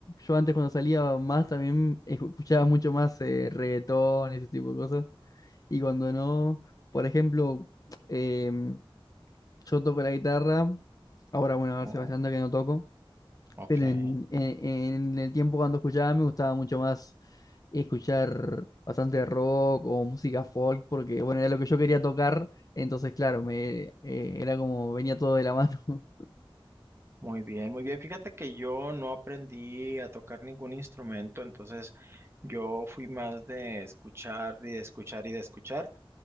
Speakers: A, on the left (about 40°); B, on the right (about 25°).
A: yo antes cuando salía más también escu- escuchaba mucho más eh, reggaetón, ese tipo de cosas. Y cuando no, por ejemplo, <tsk> em, yo toco la guitarra, ahora bueno, a ver,
B: Oh,
A: Sebastián, que no toco.
B: ok.
A: Pero en, en- en el tiempo cuando escuchaba me gustaba mucho más escuchar bastante rock o música folk, porque bueno, era lo que yo quería tocar, entonces claro, me eh, era como venía todo de la mano. <laughs>
B: Muy bien, muy bien. Fíjate que yo no aprendí a tocar ningún instrumento, entonces yo fui más de escuchar y de escuchar y de escuchar.